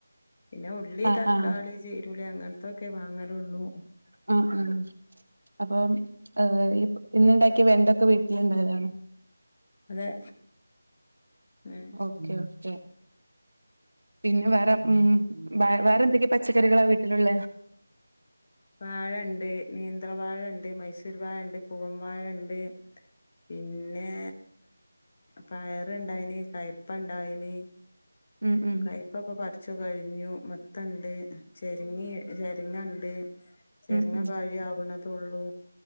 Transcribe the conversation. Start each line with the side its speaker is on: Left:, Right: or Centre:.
Left: പിന്നെ ഉള്ളി
Right: ആഹ്
Left: തക്കാളി
Right: ആഹ്
Left: ചെറിയ ഉളളി അങ്ങനത്തൊക്കെ വാങ്ങലള്ളൂ
Right: ആഹ് ആഹ് അപ്പം ഈ - ഇന്നു ഇണ്ടാക്കിയ വെണ്ടൊക്കെ വീട്ടില് ഇണ്ടായതാണൊ
Left: അതെ ഏഹ്
Right: ഓക്കെ ഓക്കെ പിന്നെ വേറെ ഉം വേറെ എന്തൊക്കെയാ പച്ചക്കറികളാ വീട്ടിലുള്ളെ
Left: വാഴ ഉണ്ട് നേന്ത്രവാഴ ഉണ്ട് മൈസൂർ വാഴ ഉണ്ട് പൂവം വാഴ ഉണ്ട് പിന്നെ പയറ്ണ്ടായിന് കയ്പ്പ ഇണ്ടായിനെ
Right: ഉം ഉം
Left: കയപ്പയിപ്പൊ പറിച്ചു കഴിഞ്ഞു മത്തണ്ട് ചെരിങ്ങി ചെരിങ്ങയൊണ്ട് ചെരിങ്ങ
Right: ഉം ഉം
Left: ഒക്കെ കഴിയവുന്നതെ ഉള്ളൂ